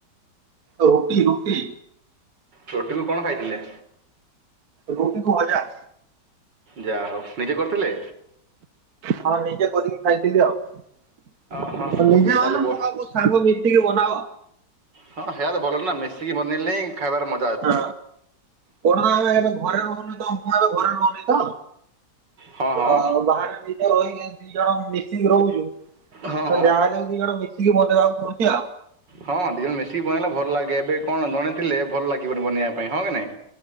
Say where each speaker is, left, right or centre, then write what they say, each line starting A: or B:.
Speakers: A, on the right; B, on the right.
A: ଓ ରୁଟି ରୁଟି।
B: ରୁଟି କୁ କଣ ଖାଇଥିଲେ।
A: ରୁଟି କୁ ଭଜା।
B: ଯା ହଉ ନିଜେ କରିଥିଲେ।
A: ହଁ ନିଜେ କରିକି ଖାଇଥିଲି ଆଉ।
B: ହଁ
A: ନିଜେ
B: ତାହେଲେ
A: ବନାଅ
B: ବ
A: ମୁଁ ଆଉ ମୋ ସାଙ୍ଗ ମିଶିକି ବନାଅ।
B: ହଁ ହେଇୟା ହେଲେ ଭଲ ନା। ମିଶିକି ବନେଇଲେ ହିଁ ଖାଇବାର ମ
A: ହଁ କଣ ଆଉ ହେମୁ। ଘରେ ରହୁନି ତ ମୁଁ ଆଉ ଘରେ ରହୁନି ତ।
B: ହଁ
A: ତ
B: ହଁ
A: ବାହାରେ ବି ରହିକି ଦି ଜଣ ମିଶିକି ରହୁଛୁ। ତ
B: ହଁ ହଁ
A: ଯାହାହେଲେବି ଦି ଜଣ ମିଶିକି ବନେଇବାକୁ ପଡୁଛି ଆଉ।
B: ହଁ ଦିଜଣ ମିଶିକି ବନେଇଲେ ଭଲ ଲାଗେ। ଏବେ କଣ ଜଣେ ଥିଲେ ଭଲ ଲାଗିବନି ବନେଇବା ପାଇଁ ହଁ କି ନାଇଁ।